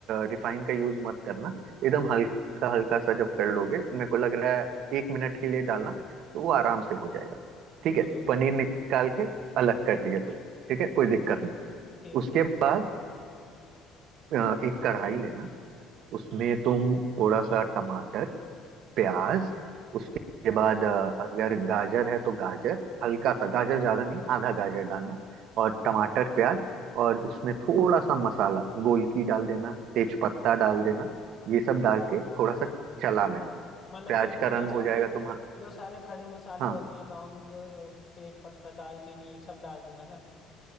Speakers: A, on the right (about 70°); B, on the left (about 40°).
A: रिफाइन का यूज मत करना एकदम हल्का हल्का सा जब कर लोगे मेरे को लग रहा है एक मिनट के लिए डालना तो वो आराम से हो जाएगा ठीक
B: हाँ
A: है पनीर निकाल के अलग कर दिया तो ठीक है कोई दिक्कत नहीं
B: ठीक
A: उसके
B: है
A: बाद अ, एक कढ़ाई लेना उसमें तुम थोड़ा सा टमाटर प्याज उसके बाद अ, अगर गाजर है तो गाजर हल्का सा गाजर ज्यादा नहीं आधा गाजर डालना और टमाटर प्याज और उसमें थोड़ा सा मसाला गोलकी डाल देना तेज पत्ता डाल देना ये सब डाल के थोड़ा सा चला लेना
B: मतलब
A: प्याज
B: जो
A: का
B: जो
A: रंग
B: सारे
A: हो जाएगा तुम
B: जो सारे खड़े मसाले
A: हाँ
B: होते हैं लौंग अ, तेज पत्ता दालचीनी सब डाल दूं है ना